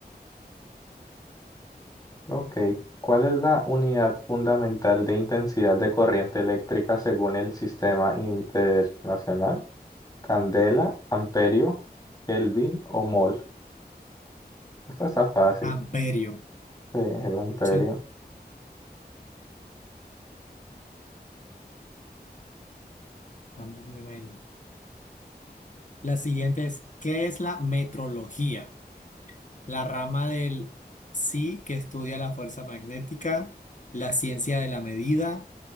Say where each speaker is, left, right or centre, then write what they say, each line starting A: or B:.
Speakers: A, on the left; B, on the left.
A: Ok. ¿Cuál es la unidad fundamental de intensidad de corriente eléctrica según el sistema internacional? Candela, amperio, Kelvin o mol. Esta está fácil.
B: Amperio.
A: Sí, es el amperio.
B: Sí, estamos bien ahí. La siguiente es, ¿qué es la metrología? La rama del sí que estudia la fuerza magnética, la ciencia de la medida,